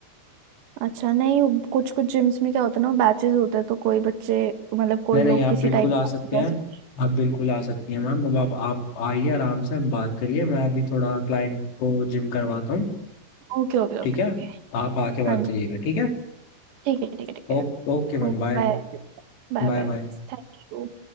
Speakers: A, on the right; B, on the left.
A: अच्छा नहीं कुछ कुछ जिम्स में क्या होता है ना बैचेस होते हैं तो कोई बच्चे मतलब कोई
B: नहीं नहीं
A: लोग
B: आप
A: किसी
B: बिल्कुल
A: टाइम
B: आ सकते
A: पे
B: हैं
A: ऐसे कुछ
B: आप बिल्कुल आ सकती हैं मैम अब आप आप आइए आराम से हम बात करिए मैं अभी थोड़ा क्लाइंट को जिम करवाता हूँ
A: Okay okay
B: ठीक
A: okay
B: है
A: okay
B: आप आके बात
A: हाँ जी
B: करिएगा ठीक है
A: ठीक है ठीक है ठीक
B: ओ,
A: है
B: okay ma'am
A: Okay
B: bye
A: bye Bye
B: Bye
A: bye
B: bye
A: Thank you